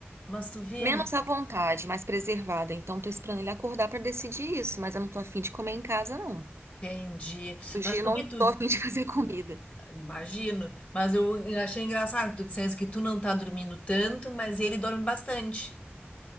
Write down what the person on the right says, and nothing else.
Menos
à vontade, mais preservada. Então, tô esperando ele acordar para decidir isso, mas eu não tô afim de comer em casa, não.
Hoje
eu
não
tô afim de <laughs> fazer comida.